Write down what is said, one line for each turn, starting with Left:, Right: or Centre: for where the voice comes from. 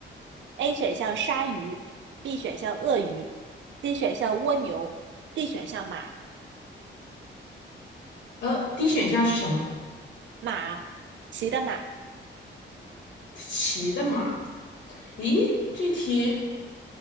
Right: ？A 选项鲨鱼，B 选项鳄鱼，C 选项蜗牛，D 选项马
Left: 呃，d 选项是什么？
Right: 马骑的马。
Left: 骑的马。咦，这题